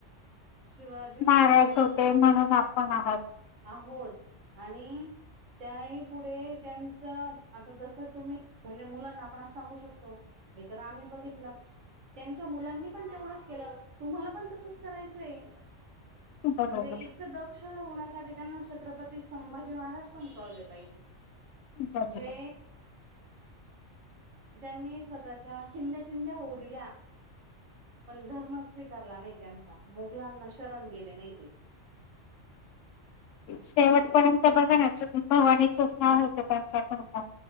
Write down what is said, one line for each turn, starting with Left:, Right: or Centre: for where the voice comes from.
Right: शिवाजी महाराजांनी
Left: नाराज होते म्हणून आपण आहात
Right: आहोत आणि त्याही पुुढे त्यांचं आता जस तुम्ही म्हणजे मुलांना आपण सांगू शकतो हे तर आम्ही बघितलं. त्यांच्या मुलांनी पण तेवढंच केलं तुम्हाला पण तसच करायचं आहे.
Left: बरोबर
Right: म्हणजे इथ दक्ष होण्या त्यांना छत्रपती संभाजी महाराज पण कळले पाहिजे.
Left: बरोबर
Right: जे ज्यांनी स्वतःच्या चिंद्या चिंद्या होऊ दिल्या. पण धर्म स्वीकारला नाही त्यांचा मुघलांना शरण गेले नाही ते. <inaudible>
Left: शेवटपर्यंत
Right: असं
Left: बघा ना भवानीचा चार होत त्यांच्याकड